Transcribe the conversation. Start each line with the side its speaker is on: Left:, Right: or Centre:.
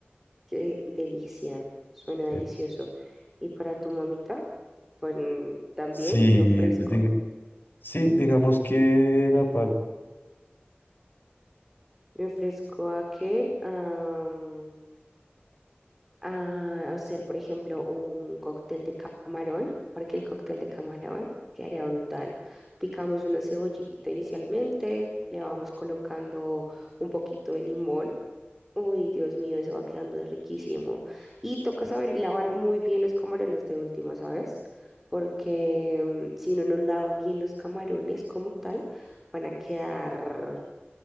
Centre: Qué delicia, suena delicioso.
Left: queda-
Centre: ¿Y para tu mamita? Pues, también
Left: Sí,
Centre: me ofrezco.
Left: pues, dije- sí, digamos que la parte,
Centre: Me ofrezco a que am, a hacer, por ejemplo, un cóctel de camarón, porque el cóctel de camarón quedaría brutal. Picamos una cebollita inicialmente, le vamos colocando un poquito de limón. Uy, Dios mío, eso va quedando riquísimo. Y toca saber lavar muy bien los camarones de última, ¿sabes? Porque mm, si uno no lava bien los camarones como tal, van a quedar